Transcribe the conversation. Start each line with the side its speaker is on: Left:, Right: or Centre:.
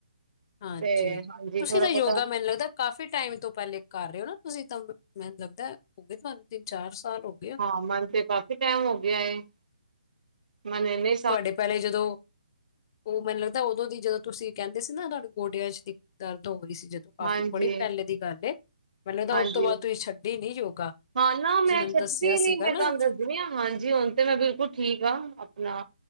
Left: ਹਾਂਜੀ।
Right: ਤੇ ਹਾਂਜੀ
Left: ਤੁਸੀ
Right: ਥੋੜਾ
Left: ਤਾਂ ਯੋਗਾ
Right: ਬਹੁਤਾ
Left: ਮੈਨੂੰ ਲੱਗਦਾ ਕਾਫ਼ੀ ਟਾਈਮ ਤੋਂ ਪੈਲੇ ਕਰ ਰਹੇ ਹੋ ਨਾ ਤੁਸੀ ਤਾਂ। ਮੈਨੂੰ ਲੱਗਦਾ ਐ ਹੋ ਗਏ ਤਾਨੂੰ ਤਿੰਨ ਚਾਰ ਸਾਲ ਹੋਗੇ
Right: ਹਾਂ, ਮਨੂੰ ਤੇ ਕਾਫੀ ਟਾਈਮ ਹੋ ਗਿਆ ਏ। ਮੈਨੂ ਏਨੇ
Left: ਤੁਆਡੇ ਪੈਲੇ ਜਦੋ ੳਹ ਮੈਨੂੰ ਲੱਗਦਾ ਏ, ਉਦੋਂ ਦੀ ਜਦੋਂ ਤੁਸੀ ਕਹੰਦੇ ਸੀ ਨਾ, ਤੁਹਾਡੇ ਗੋਡਿਆਂ ਚ ਦਰਦ ਹੋ ਰਹੀ ਸੀ ਜਦੋਂ ਕਾਫੀ
Right: ਹਾਂਜੀ
Left: ਬੜੀ ਪੈਲੇ ਦੀ ਗੱਲ ਏ। ਮੈਨੂੰ ਲੱਗਦਾ
Right: ਹਾਂਜੀ,
Left: ਉਹ ਤੋਂ ਬਾਅਦ ਤੁਸੀਂ ਛੱਡੀ ਨੀ ਯੋਗਾ
Right: ਹਾਂ ਨਾ
Left: ਤੁਸੀਂ
Right: ਮੈਂ
Left: ਮੈਨੂੰ
Right: ਛੱਡਦੀ
Left: ਦੱਸਿਆ
Right: ਨੀ
Left: ਸੀਗਾ
Right: ਮੈਂ
Left: ਨਾ
Right: ਤੁਹਾਨੂੰ ਦਸ ਜਿਵੇਂ ਆ ਹਾਂਜੀ ਹੁਣ 'ਤੇ ਮੈਂ ਬਿਲਕੁੱਲ ਠੀਕ ਆ ਆਪਣਾ